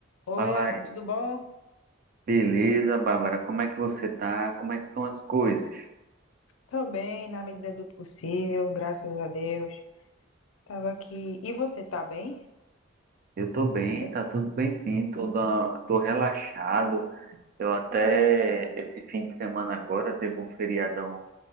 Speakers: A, on the left; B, on the right.
A: Oi,
B: Fala
A: Ela,
B: aí.
A: tudo bom?
B: Beleza, Bárbara, como é que você tá? Como é que estão as coisas?
A: Tô bem, na medida do possível, graças a Deus. Tava aqui. E você tá bem?
B: Eu tô bem,
A: Tá bem?
B: tá tudo bem sim, tô, da- tô relaxado. Eu até, esse fim de semana agora, teve um feriadão